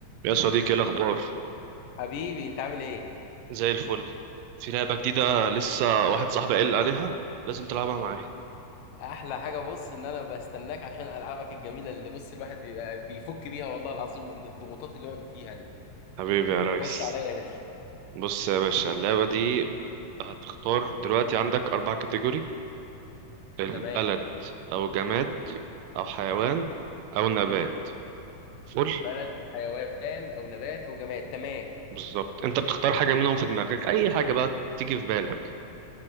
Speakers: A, on the right (about 85°); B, on the left (about 80°).
A: يا صديقي ايه الاخبار
B: حبيبي انت عامل ايه
A: زي الفل في لعبه جديده لسه واحد صاحبي قال عليها لازم تلعبها معايا
B: احلى حاجه بص ان انا بستناك عشان العابك الجميله اللي بص الواحد بيبقى بيفك بيها والله العظيم من الضغوطات اللي هو فيها دي
A: حبيبي يا ريس
B: خش عليا يا باشا
A: بص يا باشا اللعبه دي هتختار دلوقتي عندك اربع كاتيجوري البلد
B: تمام
A: او جماد او حيوان او نبات فل
B: بلد او حيوان او نبات او جماد تمام
A: بالظبط انت بتختار حاجه منهم في دماغك اي حاجه بقى تيجي في بالك